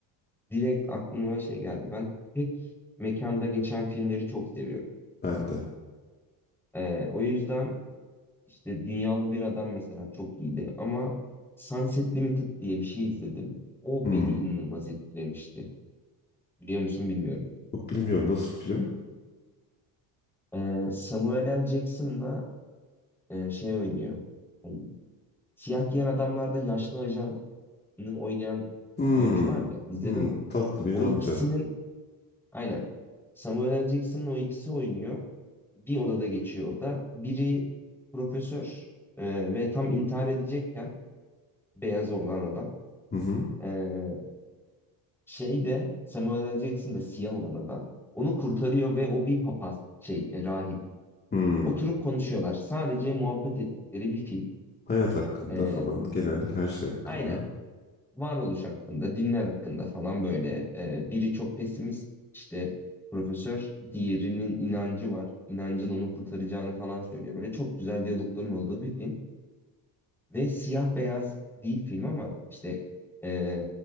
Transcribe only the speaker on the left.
ben de.
Hmm.
Yok, Bilmiyorum nasıl bir film.
Hmm.
Hmm.
Tatlı bir
amca.
Hı hı.
Hmm.
Hayat hakkında
falan genel her şey hakkında.